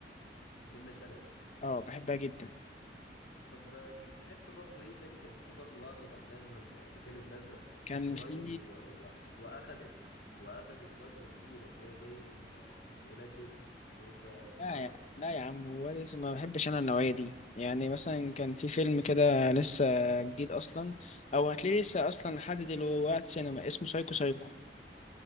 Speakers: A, on the left; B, on the left.
A: منة شلبي
B: اه بحبها جدا
A: طب بتحب برضو ايه تاني كان في برضو بعض الافلام اللي اللي كانت نازله
B: كان
A: قريب
B: في
A: و... و... واخدت واخدت ضجه كبيره اللي هي زي ال- ولاد رزق لو انت تفتكر
B: آه، لا يا لا يا عم هو لازم ما بحبش أنا النوعية دي يعني مثلا كان في فيلم كده لسه جديد أصلا أو هتلاقيه لسه أصلا لحد دلوقتي سينما اسمه سايكو سايكو